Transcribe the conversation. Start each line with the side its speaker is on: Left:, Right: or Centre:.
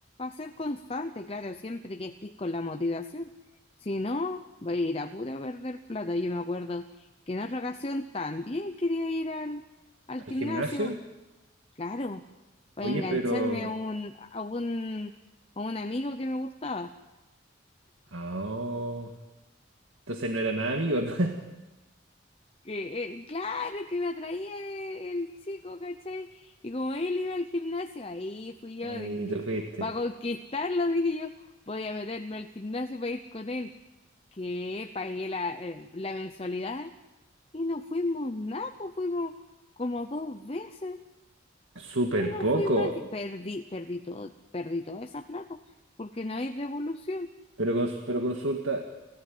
Left: ser constante, claro, siempre que estés con la motivación. Si no, va a ir a puro perder plata. Yo me acuerdo que en otra ocasión también quería ir al, al
Right: ¿al
Left: gimnasio,
Right: gimnasio?
Left: claro, para
Right: Oye,
Left: engancharme
Right: pero...
Left: a un, a un, a un amigo que me gustaba.
Right: Ah, oh. Entonces no eran amigos, ¿no?
Left: que eh, claro, que me atraía el, el chico, ¿cachai? Y como él iba al gimnasio, ahí
Right: <laughs>
Left: fui yo,
Right: Ahí
Left: dije
Right: tú
Left: yo,
Right: fuiste.
Left: para conquistarlo, dije yo, voy a meterme al gimnasio para ir con él, que pagué la, eh, la mensualidad y no fuimos nada, pues fuimos como dos veces
Right: Súper
Left: y no
Right: poco.
Left: fui mal, perdí, perdí todo, perdí toda esa plata, porque no hay devolución.
Right: Pero, cons- pero consulta.